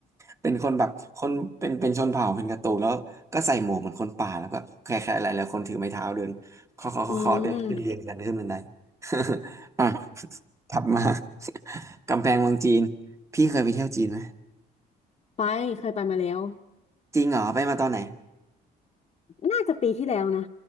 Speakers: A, on the right (about 15°); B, on the left (about 35°).
A: เป็นคนแบบคนเป็นเป็นชนเผ่าเป็นการ์ตูนแล้วก็ใส่หมวกเหมือนคนป่าแล้วก็แค่ๆอะไรแล้วคนถือไม้เท้าเดินเคาะเคาะเคาะเคาะเดินขึ้นเรียงกันขึ้นบันได
B: อืม
A: <laughs> อ่ะ <laughs> ถัดมา <laughs> กำแพงเมืองจีนพี่เคยไปเที่ยวจีนไหม
B: ไปเคยไปมาแล้ว
A: จริงเหรอไปมาตอนไหน
B: น่าจะปีที่แล้วนะ